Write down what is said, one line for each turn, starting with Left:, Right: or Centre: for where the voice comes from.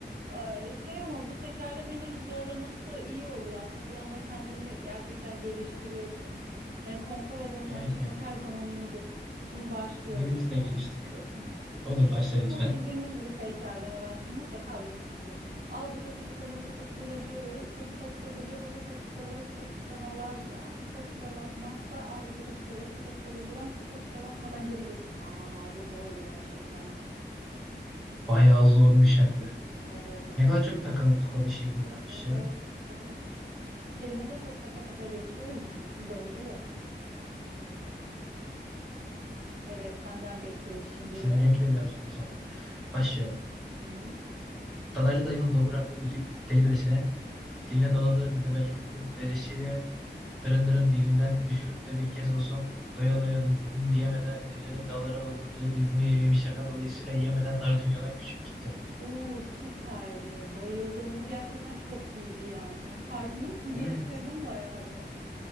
Right: Ay, Şey ama bu tekerlemelerin zorlaması iyi oluyor aslında. Bir anda kendini gerçekten geliştiriyorsun. Yani konfor alanından
Centre: Evet
Right: çıkmak
Centre: yani
Right: her zaman iyidir. Şimdi başlıyorum
Centre: dilimizi
Right: bir tane.
Centre: de geliştiriyor.
Right: <laughs>
Centre: Olur başla lütfen.
Right: Bu bildiğimiz bir tekerleme bence. Mutlaka duymuşsundur. Al bu takatukaları takatukalarıcıya göre bu takatukatıcı bu takatukaları takatukamalaz takatukalatmazsa al bu takatukaları takatukatıcıdan takatukalatmadan geri getir. Aa bu zordu gerçekten.
Centre: Bayağı zormuş hem de.
Right: Oo
Centre: Ne kadar çok takalı tukalı şehri varmış
Right: Evet.
Centre: ya.
Right: Taka taka taka. <laughs> Kelime de çok taka taka geçiyor o yüzden <laughs> zorluyor. Evet senden bekliyoruz şimdi
Centre: Şimdi
Right: de.
Centre: benimki de birazcık uzun. Başlıyorum.
Right: Hı.
Centre: Dadaylı dayımın doguraklı düdük deli dedesine, diline doladığı düdebelli dedim dedesiyle dırın dırın dilinden düşürüp de bir kez olsun doya doya düdün diyemeden düdüğünü dağlara doldurduğu duyguyu yemişlerden dolayısıyla yemeden dar dünyadan göçüp gitti.
Right: Uuu süperdi. Bayıldım. Bu gerçekten çok iyiydi yani. Farkında mısın?
Centre: Evet.
Right: Geliştirdim bayağı bir.